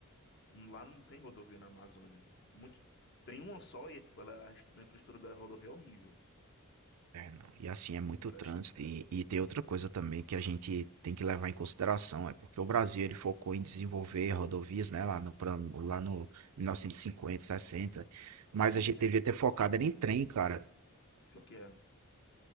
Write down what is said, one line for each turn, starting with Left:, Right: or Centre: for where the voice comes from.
Left: Lá não tem rodovia na Amazônia. Muito... Tem uma só e tipo, ela, a infraestrutura da rodovia é horrível.
Right: É, não. E assim, é muito
Left: Não presta.
Right: trânsito. E, e tem outra coisa também que a gente tem que levar em consideração, é porque o Brasil ele focou em desenvolver rodovias, né, lá no plano, lá no 1950, 60, mas
Left: Curitiba.
Right: a gente devia ter focado era em trem, cara.
Left: Pior que é.